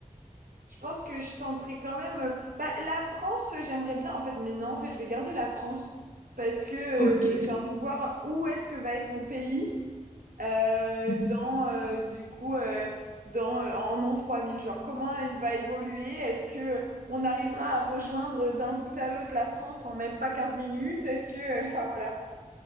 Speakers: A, on the right; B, on the left.
A: je pense que je tenterai quand même. euh, bah, la France, euh, j'aimerais bien. En fait, mais non, en fait, je vais garder la France parce que euh,
B: Ok. c'est-
A: j'ai envie de voir où est-ce que va être mon pays. euh,
B: Mhm.
A: dans euh, du coup euh, dans euh, en an 3000 genre comment il va évoluer est-ce que on arrivera à rejoindre d'un bout à l'autre la France en même pas quinze minutes est-ce que euh, enfin voilà